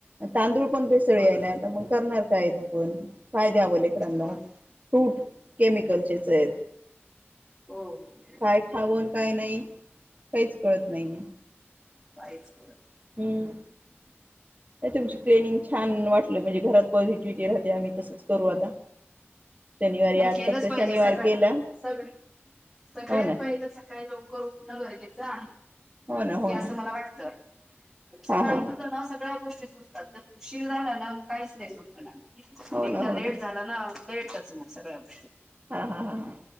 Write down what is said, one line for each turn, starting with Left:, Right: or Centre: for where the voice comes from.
Right: तांदूळ पण पेसळ
Centre: बरं
Right: यायला आता मग करणार काय? ण काय द्यावलेकरांदा
Centre: बरं
Right: फूट केमिकलचेच आहेत.
Centre: हो हो हो
Right: काय
Centre: बरोबर
Right: खाऊन
Centre: आहे
Right: काय नाही काहीच कळत नाहीये.
Centre: बाहेरचं
Right: हम्म तुमची ट्रेनिंग छान वाट म्हणजे घरात पॉझिटिव्हटी राहते आम्ही तसच करू आता शनिवारी
Centre: नाही
Right: आजचा
Centre: केलंच
Right: तर
Centre: पाहिजे
Right: शनिवार
Centre: सगळ
Right: गेला
Centre: सगळे सगळ्यात
Right: हो ना
Centre: पहिलं सकाळी लवकर उठणं गरजेचं आहे.
Right: हो ना हो
Centre: हे असं
Right: ना
Centre: मला वाटतं. उ सकाळीत
Right: हा हा हा
Centre: ना सगळ्या गोष्टी सुचतात तर उशीर झाला ना मग काहीच नाही सुचनार.
Right: हो
Centre: एकदा
Right: ना
Centre: लेट
Right: हो ना
Centre: झाला ना लेटच मग सगळंच.
Right: हा हा हा हा.